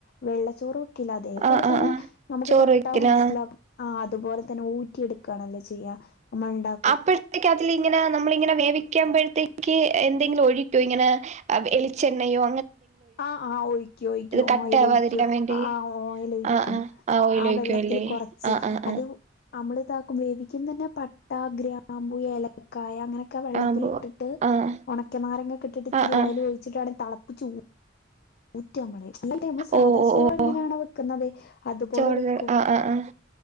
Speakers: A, on the left; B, on the right.
A: വെള്ളച്ചോറ് <unintelligible> അതേപോലെ
B: ആഹ് ആഹ്
A: തന്നെ
B: ആഹ്
A: നമുക്ക്
B: ചോറ്
A: തൊട്ടാ
B: വെക്കലാ
A: മൻസ്സിലാഉം ആ അതുപോലെ തെ ഊറ്റിയെടുക്കാണല്ലോ ചെയ്യ നമ്മൾണ്ടാ
B: അപ്പോഴത്തേക്ക് അതിൽ ഇങ്ങനെ നമ്മളിങ്ങനെ വേവിക്കുമ്പഴത്തേക്ക് എന്തെങ്കിലും ഒഴിക്കോ ഇങ്ങനെ അ വെളിച്ചെണ്ണയും
A: ആഹ ആഹ ഒയ്ക്കു ഒയ്ക്കു
B: കട്ടയാവാതിരിക്കാൻ
A: ഓയിൽ ഒഴിക്കും
B: വേണ്ടി
A: ആ ഓയിൽ ഒയിക്കും
B: ആഹ് ആഹ് ആഹ് ഓയില് ഒഴിക്കുവല്ലേ
A: വെള്ളത്തിൽ കുറച്ച്
B: ആഹ് ആഹ് ആഹ്
A: അത് നമ്മള ഇതാക്കും വേവിക്കുന്ന തന്നെ പട്ട ഗ്രാമ്പു ഏലക്കായ അങ്ങനെ ക്ക വെള്ളത്തിൽ
B: ആഹ് പോവാ
A: ഇട്ടിട്ട്
B: ആഹ്
A: ഉണക്കനാരങ്ങൊക്കെ ഇട്ടിട്ട് ഇത്തിരി
B: ആഹ് ആഹ്
A: ഓയിൽ ഒഴിച്ചിട്ട് തളപ്പിച്ച് ചൂ ഊറ്റമ്മളെ ഈ നമ്മള് സാധാ
B: ഓഹ് ഓഹ്
A: ചോറ് എങ്ങനെയാണ്
B: ഓഹ്
A: വെക്കുന്നത് അതുപോലെ
B: ചോറ്
A: വെക്കും
B: ആഹ് ആഹ് ആഹ്